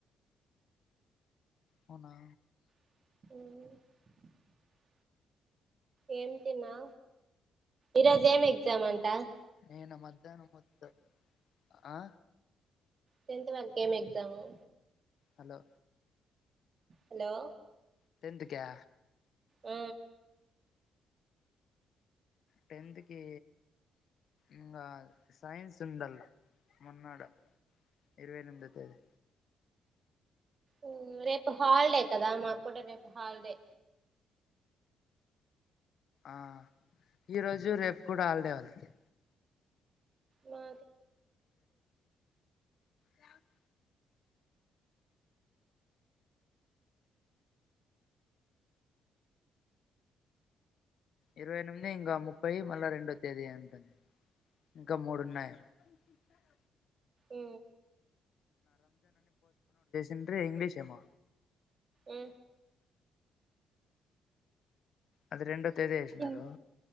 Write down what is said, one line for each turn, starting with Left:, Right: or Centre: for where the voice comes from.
Left: అవునా
Right: <inaudible> ఏమి తిన్నా ఈరోజ ఏం ఎగ్జామ్ అంటా
Left: నేన మధ్యాహ్నం మొత్తం ఆ
Right: టెన్త్ వరకు ఏమి ఎగ్జామ్ ము
Left: హలో
Right: హలో
Left: టెన్న్త్ క్యా
Right: ఉ
Left: టెన్న్త్కి ఇంగా సైన్స్ ఉండల్లా మొన్నాడు, ఇరవై ఎనిమిదొ తేదీ.
Right: ఉ రేపు హాలిడే కదా మాకు కూడా రేపు హాలిడే
Left: ఆ ఈ రోజు జు రేపు కూడా హాళ్డేవాళ్ళకి
Right: మా
Left: లవ్ ఇరవై ఎనిమిది, ఇంకా ముప్పై, మల్ల రెండో తేదీ అంటుంది. ఇంకా మూడున్నాయ <unintelligible>
Right: ఉ
Left: ఇంటర్వి ఇంగ్లీష్ ఏమో
Right: ఉ
Left: అది రెండొ తేదీ వేసినారు,
Right: ఉ